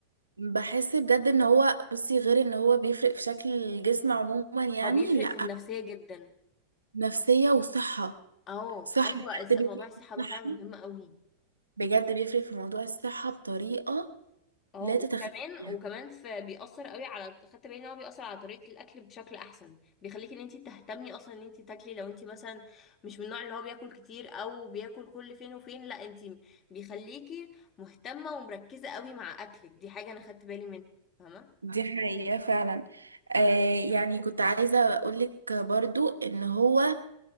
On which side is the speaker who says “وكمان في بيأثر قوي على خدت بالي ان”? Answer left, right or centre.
Left